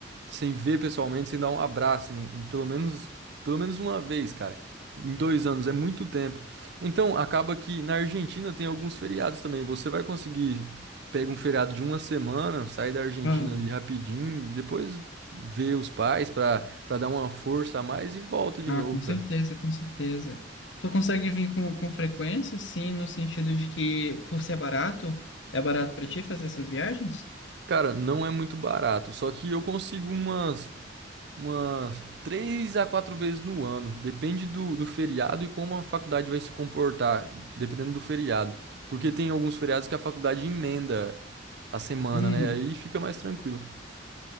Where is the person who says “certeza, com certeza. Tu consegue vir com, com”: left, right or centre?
Left